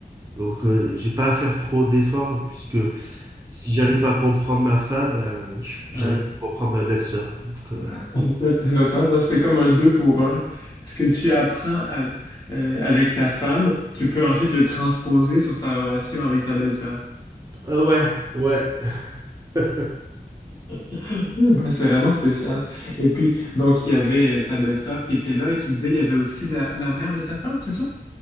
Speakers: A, on the right; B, on the left.
A: Donc,
B: Mhm.
A: euh, j'ai pas à faire trop d'efforts puisque si j'arrive à comprendre ma femme, ben, je-
B: Ouais.
A: j'arrive à comprendre ma belle-sœur. Donc,
B: <laughs>
A: euh,
B: C'est intéressant parce que c'est comme un deux pour un. Ce que tu apprends à- euh, avec ta femme, tu peux ensuite le transposer sur ta relation avec ta belle-sœur.
A: euh, ouais, ouais. <laughs>
B: <laughs> Ben, c'est vraiment spécial. Et puis, donc, il y avait euh, ta belle-sœur qui était là et tu disais qu'il y avait aussi la, la mère de ta femme, c'est ça?